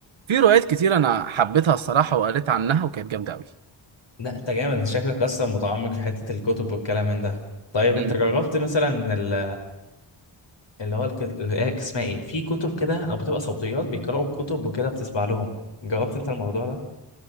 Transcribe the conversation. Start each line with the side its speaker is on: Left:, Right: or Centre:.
Right: في روايات كتير انا حبيتها الصراحه وقريت عنها وكانت جامده قوي
Left: لا انت جامد انت شكلك اصلا متعمق في حتة الكتب والكلام من ده طيب انت
Right: مم.
Left: جربت مثلا ال- اللي هو الك- ال- اسمها ايه في كتب كده او بتبقى صوتيات بيقرأوا كتب وكده بتسمع لهم جربت انت الموضوع ده